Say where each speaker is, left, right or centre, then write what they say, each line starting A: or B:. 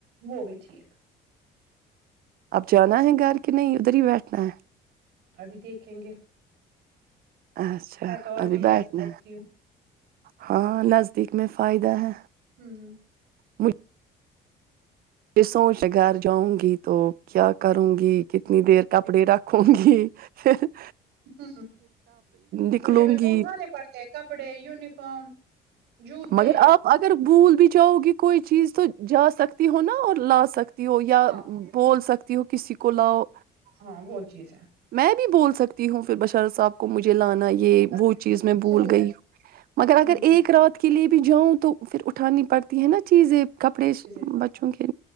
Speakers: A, on the right (about 80°); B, on the right (about 60°).
A: وہ بھی ٹھیک
B: اب جانا ہے گھر کہ نہیں ادھر ہی بیٹھنا ہے
A: ابھی دیکھیں گے
B: اچھا
A: میں تو آتی
B: ابھی
A: جاتی
B: بیٹھنا
A: رہتی
B: ہے ہاں ند دیکھ میں فائدہ ہے
A: ہوں
B: مجھے یہ سوچ گھر جاؤں گی تو کیا کروں گی کتنی دیر کپڑے رکھوں گی ہ <inaudible> <inaudible>
A: ہ
B: نکلوں
A: مجھے بھی
B: گی
A: تو اٹھانے پڑتے ہیں کپڑے یونیفارم جوتے
B: مگر آپ اگر بھول بھی جاؤ گی کوئی چیز تو جا سکتی ہو نا اور لا سکتی ہو یا
A: ہاں
B: بول سکتی توں کسی کوولؤ
A: ہاں وہ چیز ہے
B: میں بھی بول سکتی ہوں بشار صاحب کو مجھے لانا یہ
A: مگر
B: وہ
A: پھر
B: چیز
A: بھی
B: میں بھول
A: دور
B: گئی
A: ہے
B: ہوں مگر اگر
A: ہوں
B: ایک رات کے لیے بھی جاؤں تو پھر اٹھانی پڑتی ہے نا چیزیں کپڑے
A: چیزیں، ہاں
B: بچوں کے